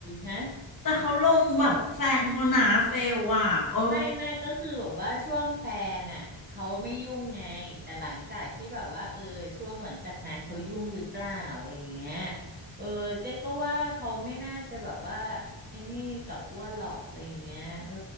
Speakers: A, on the right; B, on the left.
A: ฮะ
B: แต่เขาลงแบบแฟนเขาหนาเฟลอ่ะโอ้
A: ไม่ไม่ก็คือแบบว่าช่วงแฟนอ่ะเขาไม่ยุ่งไงแต่หลังจากที่แบบว่าเออช่วงหลังจากนั้นเขายุ่งหรือเปล่าอะไรอย่างเงี้ยเออเจ๊ก็ว่าเขาไม่น่าจะแบบว่าไอ้นี่กับอ้วนหรอกอะไรอย่างเงี้ยเออ